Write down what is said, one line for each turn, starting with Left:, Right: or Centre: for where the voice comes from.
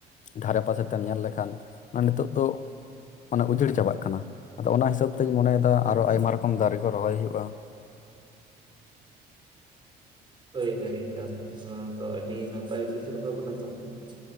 Left: ᱫᱷᱟᱨᱮ ᱯᱟᱥᱮ ᱛᱮᱢ ᱧᱮᱞ ᱞᱮᱠᱷᱟᱱ, ᱚᱱᱟ ᱱᱤᱛᱚᱜ ᱫᱚ ᱢᱟᱱᱮ ᱩᱡᱟᱹᱲ ᱪᱟᱵᱟᱜ ᱠᱟᱱᱟ᱾ ᱟᱫᱚ ᱚᱱᱟ ᱦᱤᱥᱟᱹᱵ ᱛᱮᱧ ᱢᱚᱱᱮᱭ ᱫᱟ ᱟᱨᱚ ᱟᱭᱢᱟ ᱨᱚᱠᱚᱢ ᱫᱟᱨᱮ ᱠᱚ ᱨᱚᱦᱚᱭ ᱦᱩᱭᱩᱜᱼᱟ᱾
Right: ᱦᱳᱭ ᱦᱳᱭ ᱮᱠᱟᱞ ᱱᱚᱣᱟ ᱫᱚ ᱟᱹᱰᱤ ᱱᱟᱯᱟᱭᱞᱤ ᱥᱮ <unintelligible>